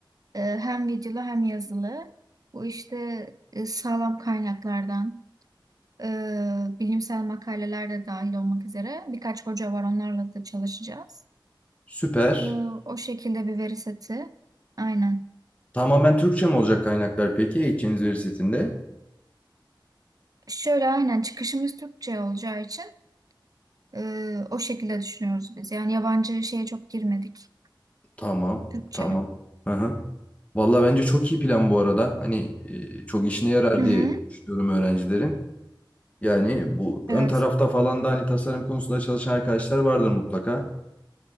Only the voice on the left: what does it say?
Süper.
Tamamen Türkçe mi olacak kaynaklar peki eğiteceğiniz veri setinde?
Tamam,
tamam. Hı hı. Valla bence çok iyi plan bu arada. Hani e, çok işine yarar
diye düşünüyorum öğrencilerin. Yani bu
ön tarafta falan da hani tasarım konusunda çalışan arkadaşlar vardır mutlaka.